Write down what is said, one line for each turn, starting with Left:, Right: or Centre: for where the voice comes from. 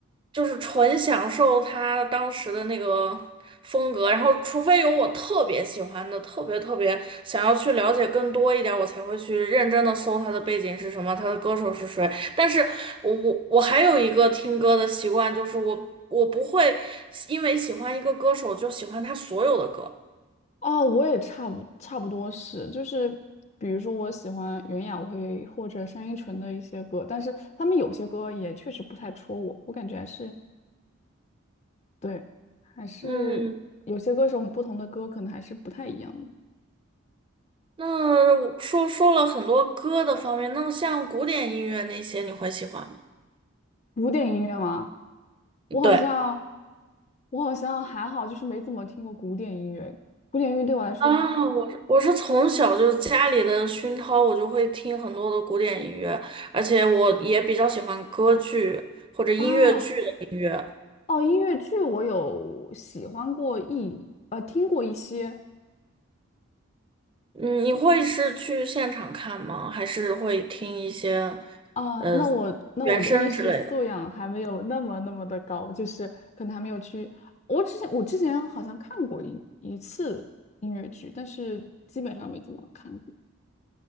Right: 就是纯享受他当时的那个风格，然后除非有我特别喜欢的，特别特别想要去了解更多一点，我才会去认真的搜他的背景是什么，他的歌手是谁。但是我我我还有一个听歌的习惯，就是我我不会因为喜欢一个歌手就喜欢他所有的歌。
Left: 哦，我也差不差不多是，就是比如说我喜欢袁娅维或者单依纯的一些歌，但是他们有些歌也确实不太戳我，我感觉还是对，还是有些歌手不同的歌可能还是不太一样的。
Right: 嗯，那我说说了很多歌的方面，那像古典音乐那些你会喜欢吗？
Left: 古典音乐吗？我好像，
Right: 对。
Left: 我好像还好，就是没怎么听过古典音乐。古典音乐对我来说
Right: 啊，我我是从小就是家里的熏陶，我就会听很多的古典音乐，而且我也比较喜欢歌剧或者音乐剧的音乐。
Left: 啊，哦，音乐剧我有喜欢过一呃听过一些
Right: 嗯，你会是去现场看吗？还是会听一些
Left: 啊，
Right: 呃
Left: 那我那我的艺术素养还没有那么那么的高，
Right: 原声之类的？
Left: 就是可能还没有去。我之前我之前好像看过一一次音乐剧，但是基本上没怎么看过。